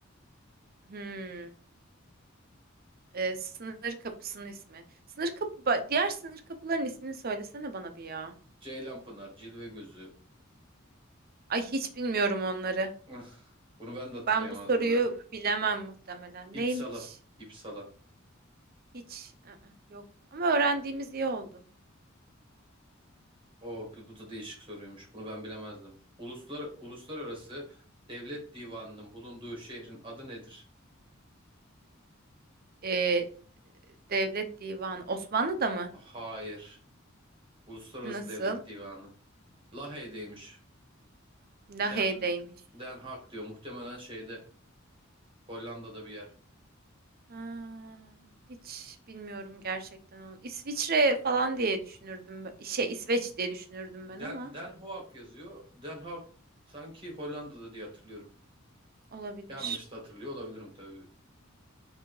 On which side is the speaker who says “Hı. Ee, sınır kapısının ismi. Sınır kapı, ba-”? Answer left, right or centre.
Right